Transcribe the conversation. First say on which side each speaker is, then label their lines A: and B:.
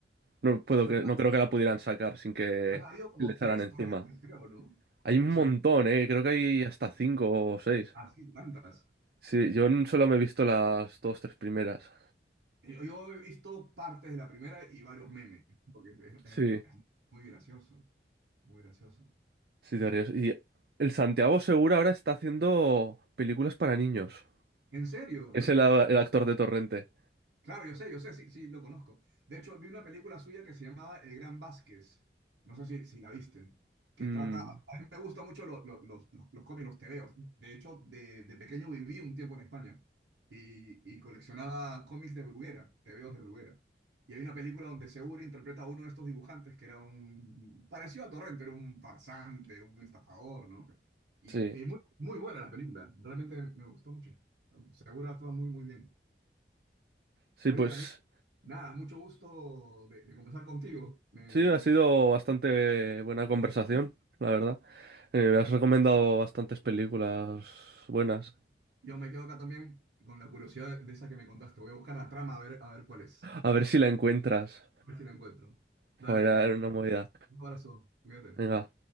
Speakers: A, on the right; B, on the right.
A: no puedo
B: Pero
A: que, no creo que la pudieran sacar sin que
B: han habido como
A: le echaran
B: tres
A: encima.
B: torrentes, creo, ¿no?
A: Hay
B: Creo
A: un
B: que
A: montón,
B: son
A: eh, creo que hay hasta cinco o seis.
B: así, tantas.
A: Sí, yo n- solo me he visto las dos, tres primeras.
B: Yo, yo he visto partes de la primera y varios memes, porque es, es-
A: Sí,
B: es muy gracioso, muy gracioso.
A: sí, te ríes. Y el Santiago Segura ahora está haciendo películas para niños.
B: En serio,
A: Es
B: no te
A: el, el
B: crees.
A: actor de Torrente.
B: Claro, yo sé, yo sé, sí, sí, lo conozco. De hecho, vi una película suya que se llamaba El Gran Vázquez. No sé si, si la viste. Que
A: Mm.
B: trata. A mí me gustan mucho los, los, los, los los cómics, los tebeos. De hecho, de, de pequeño viví un tiempo en España y, y coleccionaba cómics de Bruguera, tebeos de Bruguera. Y hay una película donde Segura interpreta a uno de estos dibujantes que era un. Parecido a Torrente, era un farsante, un estafador, ¿no? Y,
A: Sí,
B: y muy, muy buena la película. Realmente me gustó mucho. Segura actúa muy, muy bien.
A: sí,
B: Oye,
A: pues
B: Daniel, nada, mucho gusto de, de conversar contigo. Me, me
A: sí, ha sido
B: gustó.
A: bastante buena conversación, la verdad. Eh, me has recomendado bastantes películas buenas.
B: Yo me quedo acá también con la curiosidad de, de esa que me contaste. Voy a buscar la trama a ver, a ver cuál es.
A: A ver si la encuentras.
B: A ver si la encuentro.
A: Fuera,
B: Dale, Daniel.
A: era una movida.
B: Un abrazo. Cuídate.
A: Venga.